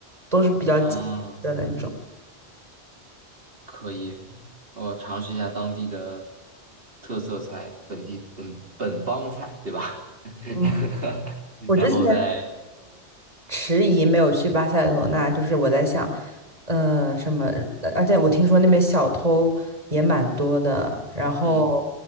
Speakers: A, on the right (about 35°); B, on the right (about 60°).
A: 都是比较紧致的那种。
B: 啊？可以，我尝试一下当地的特色菜，本地本本帮菜，对吧？<laughs>
A: 嗯，我之前
B: 然后再，
A: 迟疑没有去巴塞罗那，就是我在想，呃，什么，呃而且我听说那边小偷也蛮多的，然后，
B: 嗯，